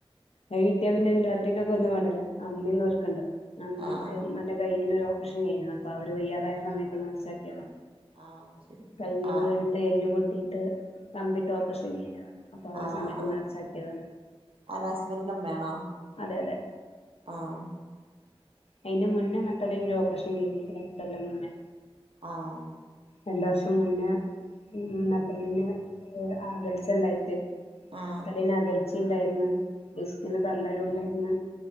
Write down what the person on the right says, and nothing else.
ആഹ്
ആഹ്
ആഹ് ശരി
ആഹ്
ആ
ഹാ
അത് ഹസ്ബൻ്റിന്റെ ഉമ്മയാണോ.
ആഹ്
ആഹ്
ആഹ്